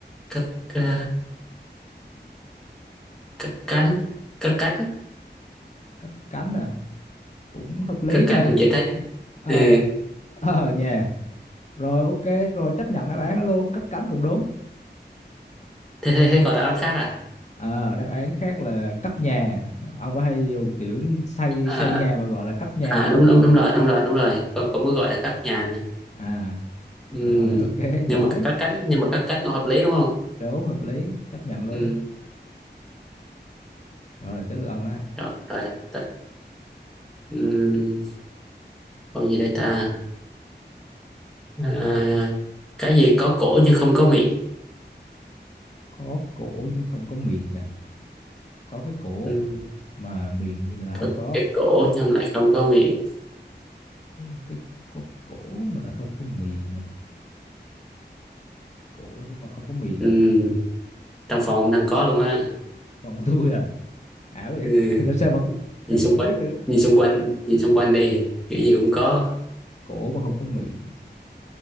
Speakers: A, in the centre; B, on the left.
A: cắt à, cắt cánh, cắt cánh,
B: cất cánh à, cũng hợp lý
A: cắt
B: nha.
A: cánh cũng dễ thấy.
B: Ờ,
A: Ừ.
B: ờ nha. Rồi ok, rồi chấp nhận đáp án đó luôn, cất cánh cũng đúng.
A: Thế, thế, thế còn đáp án khác à?
B: Ờ, đáp án khác là cất nhà. Ông có hay dùng kiểu xây
A: À,
B: xây nhà mà gọi là cất nhà
A: à
B: không?
A: đúng đúng đúng rồi đúng rồi đúng rồi cũng, cũng có gọi là cắt nhà nữa
B: À,
A: ừ.
B: rồi ok, <laughs> giỏi.
A: nhưng mà cắt cánh nhưng mà cắt cánh cũng hợp lý đúng không
B: Đúng, hợp lý, chấp nhận luôn.
A: ừ.
B: Rồi tới lượt ông á.
A: Rồi, rồi. T- Ừ. Con gì đây ta? À, cái gì có cổ nhưng không có miệng?
B: Có cổ nhưng không có miệng à. Có cái cổ
A: Ừ,
B: mà miệng thì là không
A: có
B: có.
A: cái cổ nhưng lại không có miệng.
B: Cái gì cái có cổ mà lại không có miệng à. Cổ nhưng mà không có miệng.
A: Ừ, trong phòng ông đang có luôn á.
B: Còn tôi à, ảo vậy.
A: Ừ,
B: <laughs> Làm sao mà
A: nhìn
B: sao
A: xung
B: mà ông
A: quanh,
B: biết được?
A: nhìn xung quanh, nhìn xung quanh đi. Kiểu gì cũng có,
B: Cổ mà không có miệng.